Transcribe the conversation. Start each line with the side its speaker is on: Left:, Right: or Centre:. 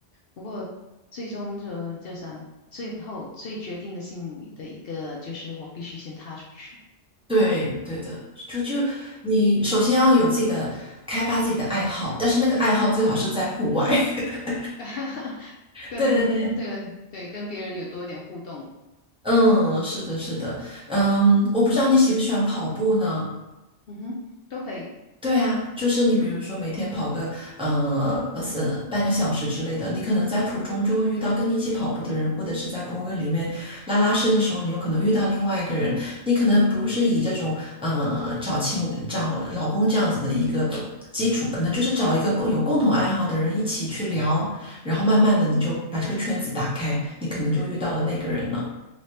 Left: 不过最终就就想，最后最决定的心理的一个就是我必须先踏出去，
Centre: 对对的，就就你首先要有自己的开发自己的爱好，但是那个爱好最好是在户外。<laughs>
Left: <laughs> 跟对对跟别人有多点互动，
Centre: 对对对，嗯，是的，是的，嗯，我不知道你喜不喜欢跑步呢？
Left: 嗯哼，都可以，
Centre: 对啊，就是你比如说每天跑个呃呃是半个小时之类的，你可能在途中就会遇到跟你一起跑步的人，或者是在公园里面拉拉伸的时候，你有可能遇到另外一个人，你可能不是以这种呃找情找老公这样子的一个基础，可能就是找一个共有共同爱好的人一起去聊，然后慢慢的你就把这个圈子打开，你可能就遇到了那个人了。